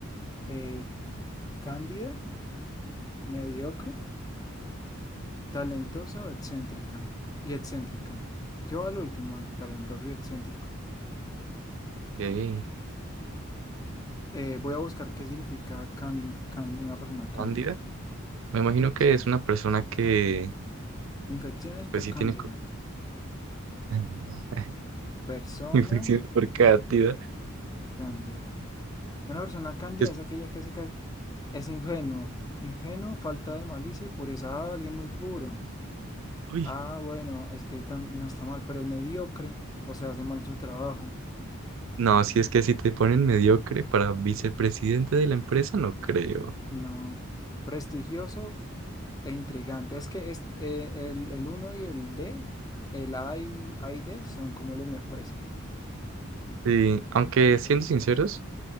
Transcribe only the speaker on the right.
Ok,
Cándida. Me imagino que
es una persona que,
pues sí
tiene... co- <laughs>
Infección por cándida.
Es-
Uy,
No, si es que si te ponen mediocre para vicepresidente de la empresa, no creo.
Sí, aunque siendo sinceros,